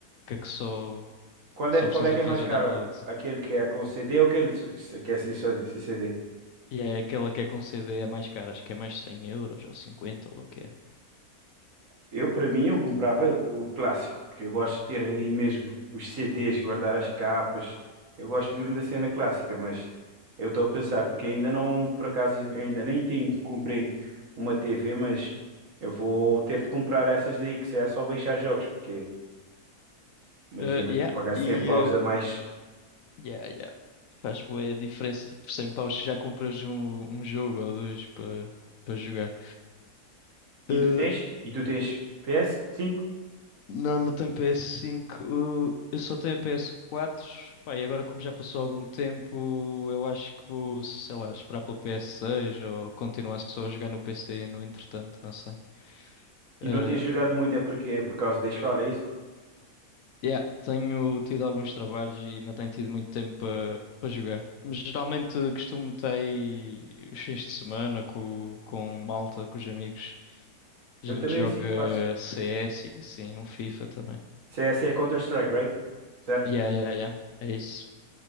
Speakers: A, on the left; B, on the right.
A: que a que só,
B: Qual
A: só
B: é, qual
A: precisa
B: é que é
A: fazer
B: mais caro?
A: download.
B: Aquele que é com CD ou aquele que é sem só- sem CD?
A: E é aquela que é com CD é mais cara, acho que é mais 100 euros ou 50 ou lá o que é.
B: Eu, para mim, eu comprava o clássico, porque eu gosto de ter aí mesmo os CDs, guardar as capas. Eu gosto mesmo da cena clássica, mas eu estou a pensar, porque ainda não, por acaso, ainda nem tenho, comprei uma TV, mas eu vou ter de comprar essas aí, que se é só baixar jogos, porque imagina
A: Eh, yeah,
B: pagar
A: e.
B: 100 paus
A: eh,
B: a mais.
A: Yeah, yeah. Faz bué diferença por 100 paus que já compras um, um jogo ou dois para para jogar.
B: E
A: Eh,
B: tu tens? E tu tens ps cinco
A: não, não tenho PS5. eh, eu só tenho a PS4. Pá, e agora como já passou algum tempo, eu acho que vou, sei lá, esperar pelo PS6 ou continuar só a jogar no PC no entretanto, não sei.
B: E
A: Eh,
B: não tens jogado muito, é porque é por causa da escola, é isso?
A: yeah, tenho tido alguns trabalhos e não tenho tido muito tempo para para jogar. Mas geralmente costumo ter os fins de semana com, com malta, com os amigos. A
B: Eu
A: gente
B: também
A: joga
B: é assim que faço.
A: CS e assim, um FIFA também.
B: CS é Counter-Strike, right? Certo?
A: Yeah, yeah, yeah. É isso.